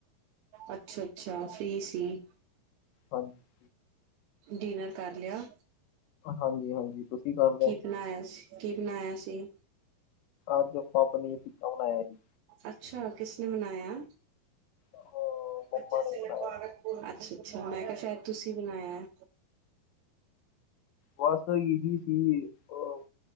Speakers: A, on the right; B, on the left.
A: ਅੱਛਾ ਅੱਛਾ ਫ੍ਰੀ ਸੀ।
B: ਹਾਂਜੀ।
A: ਡਿਨਰ ਕਰ ਲਿਆ।
B: ਹਾਂਜੀ। ਹਾਂਜੀ ਤੁਸੀਂ ਕਰ ਲਿਆ
A: ਕੀ ਬਣਾਇਆ ਸੀ। ਕੀ ਬਣਾਇਆ ਸੀ।
B: ਅੱਜ ਆਪਾਂ ਪਨੀਰ ਟਿੱਕਾ ਬਣਾਇਆ ਜੀ।
A: ਅੱਛਾ ਕਿਸ ਨੇੇ ਬਣਾਇਆ।
B: ਅਹ ਮੰਮਾ
A: ਬੱਚੇ
B: ਨੇ
A: ਸ
B: ਬਣਾਇਆ
A: ਪਾਰਕ ਅੱਛਾ ਅੱਛਾ ਮੈਂ ਕਿਹਾ ਸ਼ਾਇਦ ਤੁਸੀਂ ਬਣਾਇਆ
B: ਬਸ ਇਹੀ ਸੀ ਉਹ